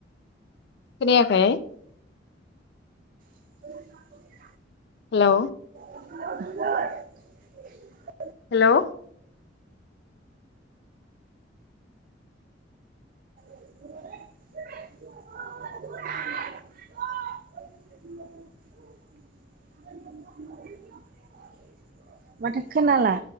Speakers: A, on the left; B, on the right.
A: खोनायाखै
B: <unintelligible>
A: हेलौ
B: <unintelligible>
A: हेलौ
B: <unintelligible> माथो खोनाला